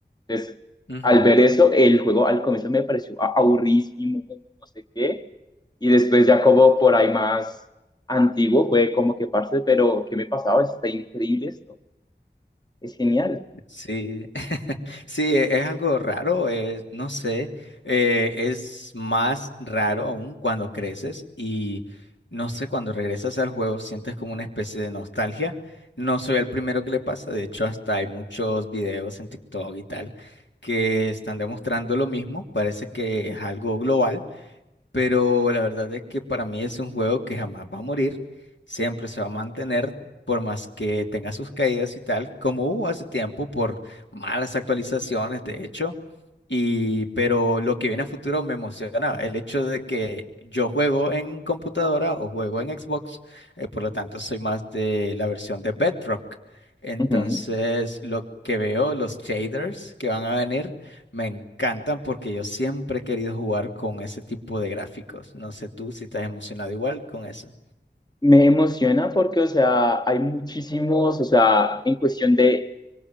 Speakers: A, on the left (about 20°); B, on the left (about 75°).
A: Entonces,
B: Ujú,
A: al ver eso, el juego al comienzo me pareció a- aburridísimo, no sé qué, y después ya como por ahí más antiguo fue como que parce, pero ¿qué me pasaba? Está increíble esto, es genial.
B: Sí, <laughs> sí, e- es algo raro, eh, no sé, eh, es más raro aún cuando creces y no sé, cuando regresas al juego sientes como una especie de nostalgia. No soy el primero que le pasa, de hecho hasta hay muchos videos en TikTok y tal que están demostrando lo mismo, parece que es algo global. pero la verdad es que para mí es un juego que jamás va a morir, siempre se va a mantener, por más que tenga sus caídas y tal, como hubo hace tiempo por malas actualizaciones, de hecho. Y, pero lo que viene a futuro me emociona, el hecho de que yo juego en computadora o juego en Xbox, eh, por lo tanto soy más de la versión de Bedrock. Entonces,
A: Ujú.
B: lo que veo, los shaders que van a venir. Me encantan porque yo siempre he querido jugar con ese tipo de gráficos. No sé tú si estás emocionado igual con eso.
A: Me emociona porque, o sea, hay muchísimos, o sea, en cuestión de